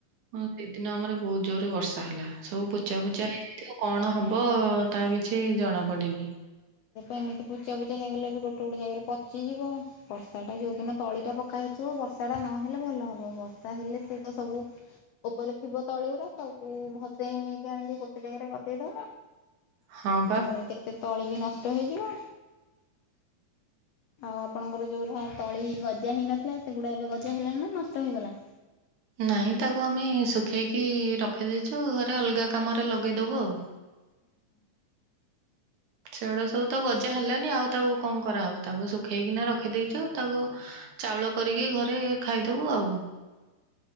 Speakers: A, on the right; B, on the left.
A: ସେଇଦିନ ଆମର ବହୁତ୍ ଜୋରେ ବର୍ଷା ହେଲା, ସବୁ ପୁଚା
B: ହଁ
A: ପୁଚା ହେଇଯାଇଥିବ। କ'ଣ ହବ? ତା କିଛି ଜଣା ପଡ଼ିନି।
B: ଏମିତି ପୁଚା ପୁଚା ହେଇଗଲେ ବି ଗୋଟେ ଗୋଟେ ଜାଗାରେ ପଚିଯିବ। ବର୍ଷା ଟା ଯଉ ଦିନ ତଳି ଟା ପକା ହେଇଥିବ, ବର୍ଷା ଟା ନହେଲେ ଭଲ ହବ। ବର୍ଷା ହେଲେ ସେ ତ ସବୁ ଓପରେ ଥିବ ତଳି---ସବୁ ଭସେଇ ନେଇକି ଆଣିକି ଗୋଟେ ଜାଗାରେ ଗଦେଇ ଦବ।
A: ହଁ
B: ତା'ପରେ
A: ପା
B: କେତେ ତଳି ବି ନଷ୍ଟ ହେଇଯିବ। ଆଉ ଆପଣଙ୍କର ଯଉ ତଳି ଗଜା ହେଇନଥିଲା, ସେଗୁଡ଼ା ଏବେ ଗଜା ହେଲାଣି ନା ନଷ୍ଟ ହେଇଗଲା?
A: ନାହଁ ତାକୁ ଆମେ ଶୁଖେଇକି ରଖି ଦେଇଛୁ, ଅଲ୍‌ଗା କାମରେ ଲଗେଇ ଦବୁ ଆଉ।
B: <inaudible>
A: ସେ-ଗୁଡ଼ା ସବୁ ତ ଗଜା ହେଲାନି ଆଉ ତାକୁ କ'ଣ କରା ହବ, ତାକୁ ଶୁଖେଇକିନା ରଖି ଦେଇଚୁ। ତାକୁ
B: ହଁ।
A: ଚାଉଳ କରିକି ଘରେ ଖାଇଦବୁ ଆଉ।